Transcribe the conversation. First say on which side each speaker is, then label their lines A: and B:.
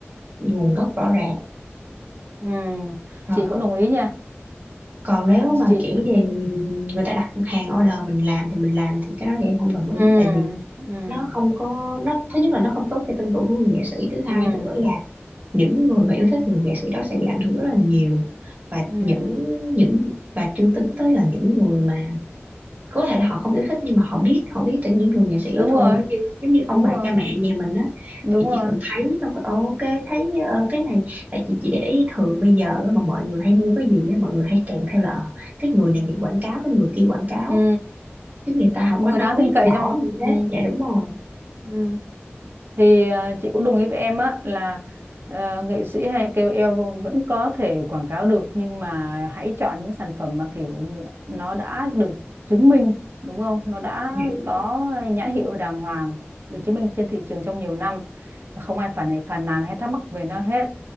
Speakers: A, on the right (about 40°); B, on the right (about 60°).
A: nguồn gốc rõ ràng
B: ừ.
A: rồi
B: Chị cũng
A: c-
B: đồng ý nha
A: còn nếu mà
B: chị.
A: kiểu gì người ta đặt hàng order mình làm thì mình làm thì cái đó thì em không đồng
B: Ừ,
A: ý tại vì
B: ừ,
A: nó không có nó thứ nhất là nó không tốt cho tên tuổi của người nghệ sĩ thứ
B: ừ,
A: hai nữa là những người mà yêu thích người nghệ sĩ đó sẽ bị ảnh hưởng rất là nhiều và
B: ừ.
A: những những và chưa tính tới là những người mà có thể là họ không yêu thích nhưng mà họ biết họ biết từ những người nghệ sĩ
B: Đúng
A: đó thôi
B: rồi,
A: giống như giống như ông
B: đúng
A: bà
B: rồi,
A: cha mẹ nhà mình á
B: đúng
A: thì chỉ
B: rồi.
A: cần thấy xong cái ok thấy ờ, cái này tại chị chị để ý thường bây giờ á, mà mọi người hay mua cái gì á mọi người hay kèm theo là ờ, cái người này bị quảng cáo cái người kia quảng cáo
B: ừ.
A: chứ người ta không
B: một
A: có
B: người
A: nói
B: đáng tin cậy
A: rõ
B: trong
A: gì hết
B: ừ.
A: dạ đúng rồi
B: Ừ. thì ờ, chị cũng đồng ý với em á là ờ, nghệ sĩ hay KOL vẫn có thể quảng cáo được nhưng mà hãy chọn những sản phẩm mà kiểu như là nó đã được chứng minh đúng không nó đã
A: dạ đúng
B: có
A: rồi
B: nhãn hiệu đàng hoàng được chứng minh trên thị trường trong nhiều năm và không ai phản phàn nàn hay thắc mắc về nó hết